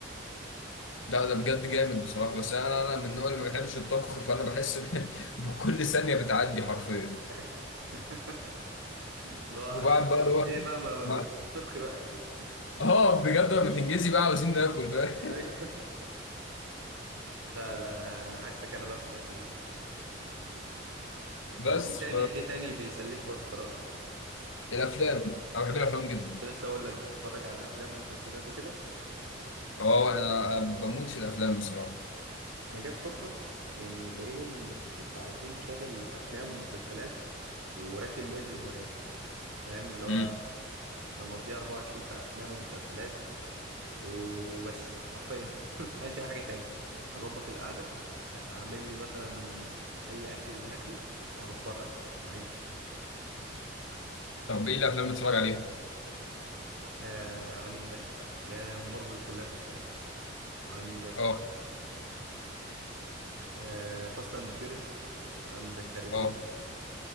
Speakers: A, on the left; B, on the right.
A: ده ده بجد جامد بصراحه بس انا انا من النوع اللي ما بيحبش الطبخ فانا بحس ب- <laughs> بكل ثانيه بتعدي حرفيا
B: <laughs> لا
A: وبعد بقى اللي هو
B: ايه بقى ما ما
A: ما-
B: ت- ما تطبخي بقى <laughs>
A: اه بجد لما تنجزي بقى عاوزين ناكل فاهم
B: ايوه لا لا انا انا عكسك انا بقى في الحته دي
A: <laughs> بس
B: طب وايه تاني ايه تاني بيسليك في وقت فراغك
A: فالافلام انا بحب الافلام جدا
B: كنت لسه اقول لك بتتفرج على افلام ومسلسلات وكده
A: اه انا بموت في الافلام بصراحه
B: انا جت فتره يعني تقريبا كنت على طول بشغل افلام ومسلسلات وراكن بقيه الهوايات فاهم اللي هو
A: امم
B: انا مقضيها 24 ساعه افلام ومسلسلات وبس حرفيا <laughs> مقالش اي حاجه تاني اظبط القعده اعمل لي مثلا اي اكل اللي هاكله واقعد اتفرج بقى واعيش
A: طب ايه الافلام اللي بتتفرج عليها؟
B: آه عندك افلام مارفل كلها شفتها وعندك
A: اه
B: آه، فاست اند فيوريس وعندك هاري بوتر
A: اه